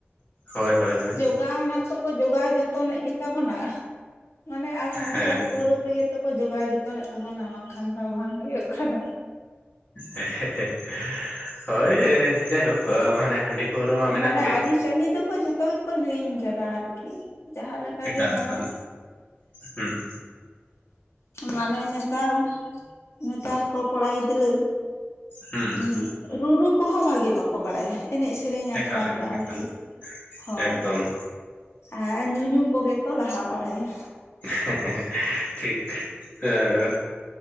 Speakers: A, on the left; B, on the left.
A: ᱦᱳᱭ ᱦᱳᱭ ᱦᱳᱭ᱾
B: ᱚᱠᱟ ᱢᱟᱛᱚ ᱠᱚ ᱡᱚᱜᱟᱣ ᱡᱚᱛᱚᱱᱮᱜ ᱜᱮᱛᱟ ᱵᱚᱱᱟ᱾ ᱢᱟᱱᱮ ᱟᱨ ᱦᱟᱺᱰᱤ
A: ᱦᱮᱸ
B: ᱟᱨ ᱯᱟᱹᱣᱨᱟᱹ ᱛᱮᱜᱮ ᱛᱚᱠᱚ ᱡᱚᱜᱟᱣ ᱡᱚᱛᱚᱱᱮᱫ ᱛᱟᱵᱚᱱᱟ ᱵᱟᱝᱠᱷᱟᱱ ᱫᱚ ᱵᱟᱝ ᱦᱩᱭᱩᱜ᱾ <unintelligible>
A: ᱮᱸᱜ ᱦᱮᱸ ᱦᱮᱸ ᱦᱳᱭ ᱡᱟᱭ ᱦᱳᱠ ᱟᱸ ᱢᱟᱱᱮ ᱦᱟᱺᱰᱤ ᱯᱟᱹᱣᱨᱟᱹ ᱢᱟ ᱢᱮᱱᱟᱜ
B: ᱢᱟᱱᱮ
A: ᱜᱮ
B: ᱟᱹᱨᱤᱪᱟᱹᱞᱤ ᱫᱚᱠᱚ ᱡᱷᱚᱛᱚ ᱜᱮᱠᱚ ᱦᱤᱲᱤᱧ ᱠᱟᱫᱟ ᱟᱨᱠᱤ ᱡᱟᱦᱟᱸ ᱞᱮᱠ ᱠᱟ
A: ᱮᱠᱟᱞ
B: ᱜᱮ ᱢᱟᱱᱮ
A: ᱮᱠᱟᱞ ᱦᱩᱸ
B: ᱢᱟᱱᱮ ᱱᱮᱛᱟᱨ ᱱᱮᱛᱟᱨ ᱠᱚ ᱠᱚᱲᱟ ᱜᱤᱫᱽᱨᱟᱹ
A: ᱦᱩᱸ
B: ᱩᱸᱜ
A: ᱦᱩᱸ
B: ᱨᱩᱨᱩ ᱠᱚᱦᱚᱸ ᱵᱷᱟᱜᱮ ᱵᱟᱠᱚ ᱵᱟᱰᱟᱭᱟ ᱮᱱᱮᱡ ᱥᱮᱨᱮᱧ ᱟᱠᱷᱲᱟ
A: ᱮᱠᱟᱞ ᱮᱠᱟᱞ
B: ᱨᱮ ᱟᱨᱠᱤ
A: ᱮᱠᱟᱞ
B: ᱦᱳᱭ
A: ᱮᱠᱫᱚᱢ
B: ᱟᱨ ᱧᱩᱧᱩ ᱠᱚᱜᱮ ᱠᱚ ᱞᱟᱦᱟ ᱵᱟᱲᱟᱭᱟ᱾
A: ᱦᱮᱸ ᱦᱮᱸ ᱦᱮᱸ ᱴᱷᱤᱠ ᱟᱹ